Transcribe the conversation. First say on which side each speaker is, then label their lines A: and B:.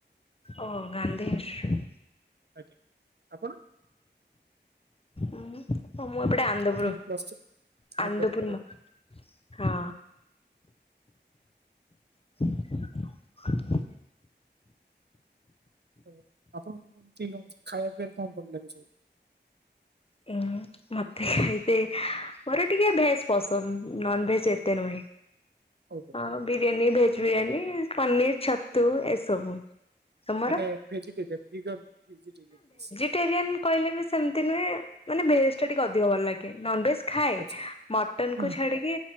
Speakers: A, on the left (about 30°); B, on the right (about 65°).
A: ଓ ଗାନ୍ଧୀ। <unintelligible>
B: ଆଜ୍ଞା। ଆପଣ?
A: ଆ ମୁଁ ହଁ, ମୁଁ ଏପଟେ ଆନ୍ଦପୁରୁ,
B: ଆପଣ ଯୋଉ ପ୍ଲସ୍ ଥ୍ରୀ
A: ଆନ୍ଦପୁରୁ
B: ଆନ୍ଧ୍ର ଆଜ୍ଞା
A: ମ ହଁ। <unintelligible>
B: ତ ଆପଣଙ୍କୁ କେମତି କଣ ଖାଇବା ପିଇବାରେ କଣ ଭଲ ଲାଗେ ସବୁ?
A: ହଁ ମତେ ଏଇତି ମୋର ଟିକେ ଭେଜ୍ ପସନ୍ଦ ନନ୍ ଭେଜ ଏତେ ନୁହେଁ।
B: ହଉ ହଉ
A: ହଁ ବିରିୟାନୀ ଭେଜ୍ ବିରିୟାନୀ ପନିର ଛତୁ ଏସବୁ। ତମର?
B: ମାନେ ଭେଜିଟେରିଆନ୍ <unintelligible>
A: ଭେଜିଟେରିଆନ୍ କହିଲେ ବି ସମିତି ନୁହେଁ। ମାନେ ଭେଜ୍ ଟା ଟିକେ ଅଧିକ ଭଲଲାଗେ। ନନ୍ ଭେଜ୍ ଖାଏ।
B: ଆଚ୍ଛା ହୁଁ
A: ମଟନ କୁ
B: ହୁଁ
A: ଛାଡ଼ିକି